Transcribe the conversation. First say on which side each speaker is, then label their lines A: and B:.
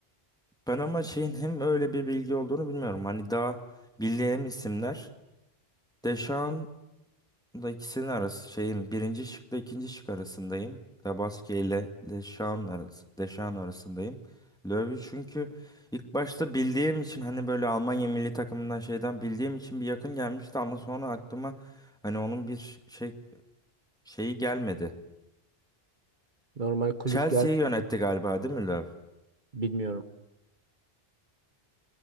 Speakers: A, in the centre; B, on the right.
A: Ben ama şeyin hem öyle bir bilgi olduğunu bilmiyorum. Hani daha bildiğim isimler. Deschamps Da ikisinin arası şeyim birinci şıkla ikinci şık arasındayım. Tabaski ile Deşan arası, Deşan arasındayım. Löwy çünkü ilk başta bildiğim için hani böyle Almanya milli takımından şeyden bildiğim için bir yakın gelmişti ama sonra aklıma hani onun bir şey şeyi gelmedi.
B: Normal kulüp
A: Chelsea'yi
B: gel
A: yönetti galiba değil mi Löw?
B: bilmiyorum.